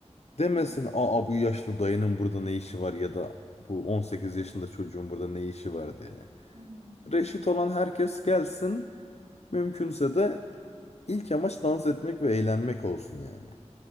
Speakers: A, on the left (about 65°); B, on the right (about 70°).
A: demesin
B: Hı hı.
A: aa bu yaşlı dayının burada ne işi var ya da bu 18 yaşında çocuğun burada ne işi var diye.
B: Hı hı.
A: Reşit olan herkes gelsin mümkünse de ilk amaç dans etmek ve eğlenmek olsun yani.